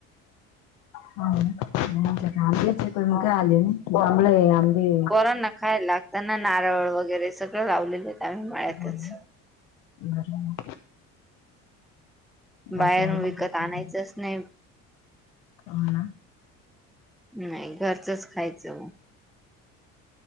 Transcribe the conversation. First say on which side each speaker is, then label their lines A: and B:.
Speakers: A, on the left; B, in the centre.
A: हा आंबलेचक काय आले नाही जांबळे आंबे
B: यांना खायला त्यांना नारळ वगैरे सगळं लावलेले त्या मळ्यातच
A: हो ना बरं बाकी
B: बाहेर
A: अजून
B: विकत
A: काय
B: आणायचंच
A: चाललंय
B: नाही.
A: हो ना.
B: नाही घरचंच खायचं ओ.